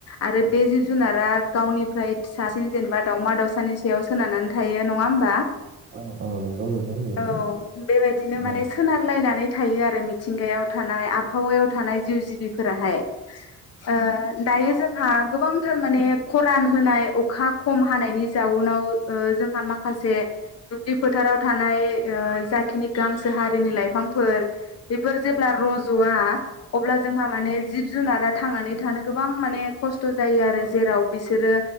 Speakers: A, on the left; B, on the right.
A: आरो
B: औ
A: बे जिब जुनारा गावनिफ्राय फिसासिन जेनेबा दावमा दाावसानि सायाव सोनारनानै थायो नङा होमबा?
B: औ औ नोंगौ औ नंगौ
A: औ बेबायदिनो माने
B: औ
A: सोनारलायनानै थायो आरो मिथिंगायाव थानाय आबहावायाव थानाय जिउ जिबिफोराहाय ओ दायो जों जोंहा गोबांथार माने खरान होनाय अखा खम हानायनि जाउनाव ओ जोंहा माखासे माखासे दुब्लि फोथाराव थानाय। ओ जाखिनि गांसो हारिनि लाइफांफोर बेफोर जेब्ला रज'वा अब्ला जोंहा माने जिब जुनारा थांनानै थानो गोबां माने खस्थ' जायो आरो जेराव बिसोरो।